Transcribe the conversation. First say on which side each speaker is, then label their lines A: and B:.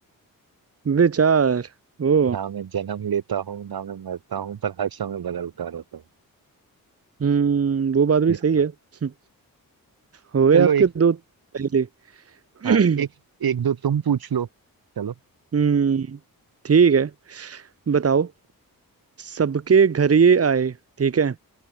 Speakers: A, on the right; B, on the right.
A: विचार ओ
B: ना मैं जन्म लेता हूँ ना मैं मरता हूँ पर हर समय बदलता रहता हूँ
A: हम्म वो बात भी
B: या
A: सही
B: पर
A: है <laughs> हो गए
B: चलो
A: आपके
B: एक
A: दो पहले <clears throat>
B: हाँ एक एक दो तुम पूछ लो चलो
A: हम्म ठीक है बताओ सबके घर ये आए ठीक है